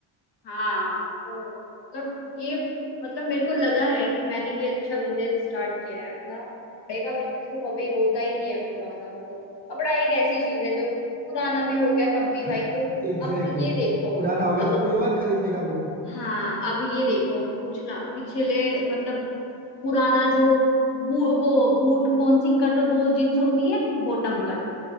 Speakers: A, on the left; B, on the right.
A: हाँ तो मतलब ये मतलब मेरे को लगा है कि मैंने ये अच्छा बिजनेस स्टार्ट किया है अपना कपड़े का बिजनेस तो कभी होता ही नहीं है पुराना मतलब कपड़ा एक ऐसी चीज है जो पुराना भी हो गया तब भी
B: <laughs>
A: भाई वो
B: Exactly
A: अब ये
B: exactly.
A: देखो
B: पुराना होगा
A: अब
B: तो कोई और खरीद लेगा वो
A: हाँ अब ये देखो पिछला पिछले मतलब पुराना जो बू, वो बूट कौन सी कट वो जींस होती है बॉटम कट